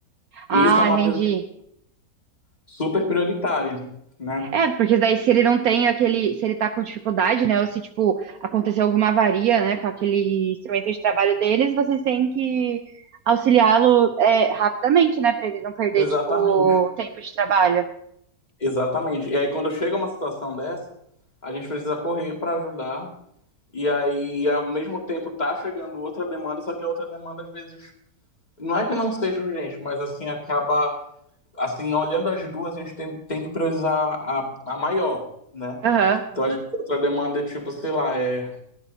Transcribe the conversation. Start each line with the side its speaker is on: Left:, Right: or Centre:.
Right: Ah,
Left: E isso é uma
Right: entendi.
Left: super prioritária, né?
Right: É, porque daí se ele não tem aquele, se ele tá com dificuldade, né, ou se, tipo, aconteceu alguma avaria, né, com aquele instrumento de trabalho deles, vocês têm que auxiliá-lo, é, rapidamente, né, pra ele não perder,
Left: Exatamente,
Right: tipo, tempo de trabalho.
Left: exatamente. E aí, quando chega uma situação dessa, a gente precisa correr para ajudar. E aí, ao mesmo tempo, tá chegando outra demanda, só que a outra demanda, às vezes, não é que não seja urgente, mas assim, acaba. Assim, olhando as duas, a gente tem, tem que priorizar a, a maior, né?
Right: Aham.
Left: Então, às vezes, a outra demanda é tipo, sei lá, é.